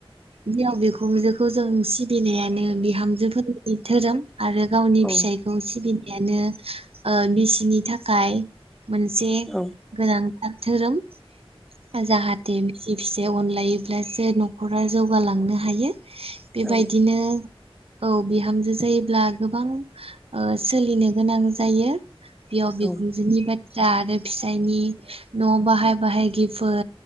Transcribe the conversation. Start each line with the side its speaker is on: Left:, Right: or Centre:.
Right: बिहाव बिखुनजोखौ जों सिबिनायानो बिहामजोफोरनि धोरोम आरो गावनि
Centre: औ
Right: फिसायखौ सिबिनायानो ओ बिसिनि था खाय मोनसे
Centre: औ
Right: गोनांथार धोरोम। जाहाथे बिसि फिसाइ अनलायोब्लासो न'खरा जौगालांनो हायो। बेबायदिनो
Centre: औ
Right: औ बिहामजो जायोब्ला गोबां ओ सोलिनो गोनां जायो बिहाव
Centre: औ
Right: बिखुनजोनि बाथ्रा आरो फिसायनि न' बाहाय बाहायगिफोर